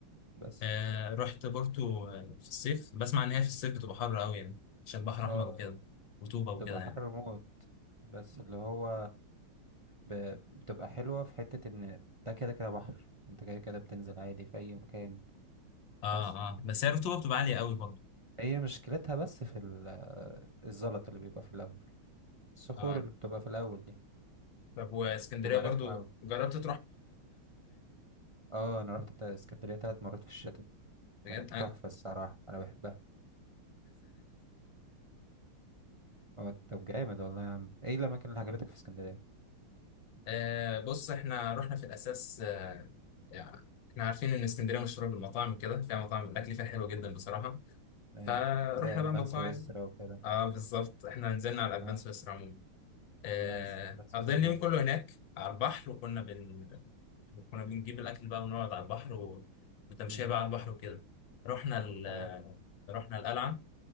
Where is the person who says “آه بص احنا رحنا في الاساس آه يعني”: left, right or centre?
Left